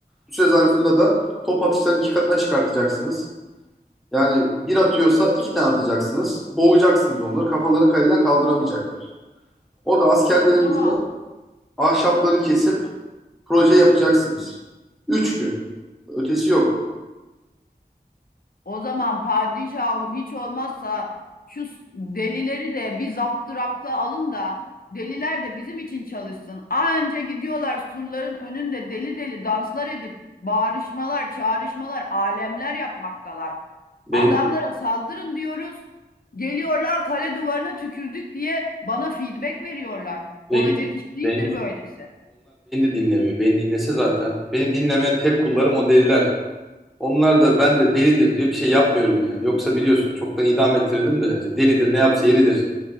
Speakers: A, in the centre; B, on the left (about 60°).
A: Bu süre zarfında da top atışlarını iki katına çıkartacaksınız. Yani bir atıyorsa iki tane atacaksınız. Boğacaksınız onları. Kafalarını kaleden kaldıramayacaklar. O da askerlerimizle
B: Ne zaman?
A: ahşapları kesip proje yapacaksınız. Üç gün. Ötesi yok.
B: O zaman padişahım hiç olmazsa şu s- delileri de bir zaptırapta alın da deliler de bizim için çalışsın. Anca gidiyorlar surların önünde deli deli danslar edip bağrışmalar, çağrışmalar, alemler yapmaktalar.
A: Beni,
B: Adamlara saldırın diyoruz. Geliyorlar kale duvarına tükürdük diye bana feedback veriyorlar.
A: beni,
B: Olacak iş değildir
A: beni
B: böylesi.
A: dinlemiyor. Beni dinlese zaten. Beni dinlemeyen tek kullarım o deliler. Onlar da ben de delidir diye bir şey yapmıyorum yani. Yoksa biliyorsun çoktan idam ettirdim de işte delidir ne yapsa yeridir